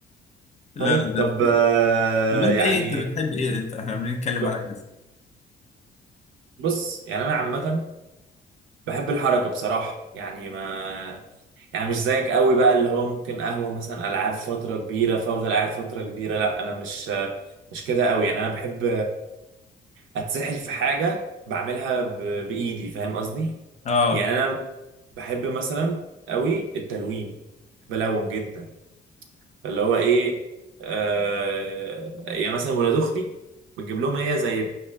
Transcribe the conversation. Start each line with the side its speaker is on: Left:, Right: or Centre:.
Left: لا
Right: طيب
Left: لا ده
Right: طب
Left: في-
Right: آه،
Left: طب انت
Right: يعني
Left: ايه انت بتحب ايه انت احنا بنتكلم
Right: ك-
Left: على ايه
Right: بص يعني انا عامة بحب الحركة بصراحة يعني ما يعني مش زيك قوي بقى اللي هو ممكن قهوة مثلا العاب فترة كبيرة فافضل قاعد فترة كبيرة لا انا مش مش كده قوي يعني انا بحب اتسحل في حاجة بعملها ب... بايدي فاهم قصدي
Left: اه
Right: يعني انا بحب مثلا قوي التلوين بلون جدا فاللي هو ايه آه يعني مثلا ولاد اختي بتجيب لهم هي زي